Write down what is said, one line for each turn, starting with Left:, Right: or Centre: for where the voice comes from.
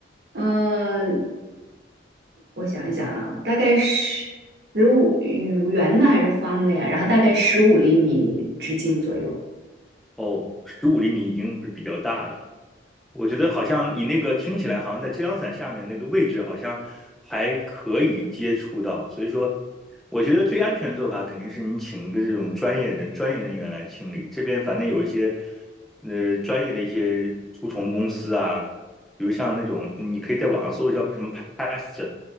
Right: 嗯，我想一想啊，大概十十五圆的还是方的呀？然后大概十五厘米直径左右。
Centre: 哦，十五厘米已经是比较大的了。我觉得好像你那个听起来好像在遮阳伞下面那个位置好像还可以接触到，所以说我觉得最安全的做法肯定是你请一个这种专业人专业人员来清理。这边反正有一些呃专业的一些除虫公司啊，比如像那种你可以在网上搜叫什么 pest